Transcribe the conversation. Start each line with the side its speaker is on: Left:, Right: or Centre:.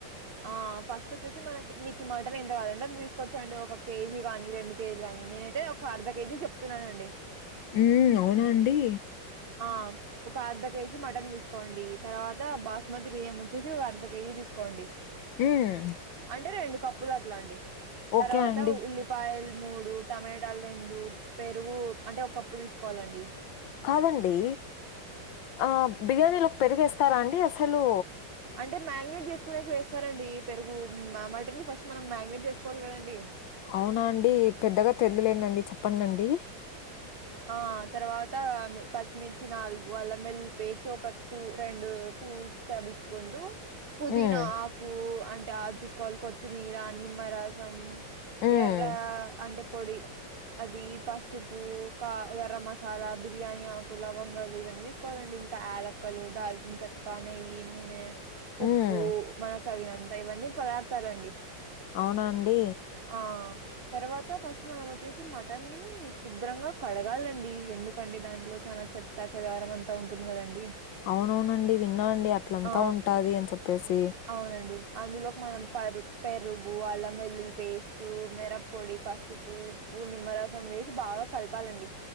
Right: ఆ ఫస్ట్ వచ్చేసి మనకి మీకి మటన్ ఎంత కాదంటే అంత తీసుకొచ్చండి ఒక కేజీ కాని రెండు కేజీ గాని నేనైతే ఒక అర్ధ కేజీలు చెప్తున్నానండి
Left: మ్మ్ అవునా అండి
Right: ఆ ఒక అర్ధ కేజీ మటన్ తీసుకోండి తర్వాత బాస్మతి బియ్యం వచ్చేసి ఒక అర్ధకేజీ తీసుకోండి
Left: మ్మ్
Right: అంటే రెండు కప్పులు అట్లా అండి
Left: ఓకే
Right: తర్వాత
Left: అండి.
Right: ఉల్లి ప్పాయలు మూడు టమాటాలు రెండు పెరుగు అంటే ఓ కప్పు తీసుకోవాలండి
Left: కాదండి ఆ బిర్యానీలోకి పెరిగేస్తారా అండి అసలు
Right: అంటే మ్యాగ్నేట్ చేసుకునేకి వేస్తారండి పెరుగు మటను ఫస్ట్ మనం మ్యాగ్నేట్ చేసుకోవాలి కదండి
Left: అవునా అండి పెద్దగా తెల్దులెండండీ చెప్పండండి
Right: ఆ తర్వాత పచ్చిమిర్చి నాలుగు అల్లంవెళ్ళుల్లి పేస్ట్ ఒక టూ రెండు టూల్స్ టేబుల్ స్పూన్లు పుదీనా
Left: హ్మ్.
Right: ఆకు అంటే తీస్ కోల కొత్తిమీర నిమ్మ రసం
Left: హ్మ్.
Right: ఎర్ర అంటే పొడి అది పసుపు క్క గరం మసాలా బిర్యానీ ఆకులు లవంగాలు ఇవన్నీ తీసుకోవాలండి ఇంకా యాలక్కలు దాల్చిన చెక్క క్క నెయ్యి నూనె
Left: హ్మ్.
Right: ఉప్పు మన తగినంత ఇవన్నీ పదార్థాలండి
Left: అవునా అండి
Right: ఆ తర్వాత ఫస్ట్ మనం వచ్చేసి మటన్నీ శుభ్రంగా కడగాలండి ఎందుకండి దాంట్లో చానా చెత్తా చెదారం అంతా ఉంటుంది కదండి
Left: అవునవునండి విన్నా అండి అట్లంతా
Right: ఆ
Left: ఉంటాది అని చెప్పేసి
Right: అవునండి అందులోకి మనం పరు పెరుగు అల్లం వెల్లులి పేస్ట్ మిరప్పోడి పసుపు ఉప్పు నిమ్మరసం వేసి బాగా కలపాలండి